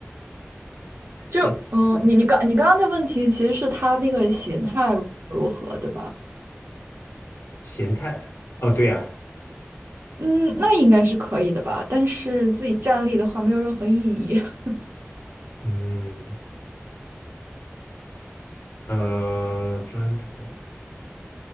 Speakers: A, on the right; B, on the left.
A: 就嗯，
B: 嗯，
A: 你你刚你刚刚的问题其实是他那个形态如何，对吧？
B: 咸菜，哦，对呀，
A: 嗯，那应该是可以的吧？但是自己站立的话，没有任何意义。<laughs>
B: 嗯，呃，砖头。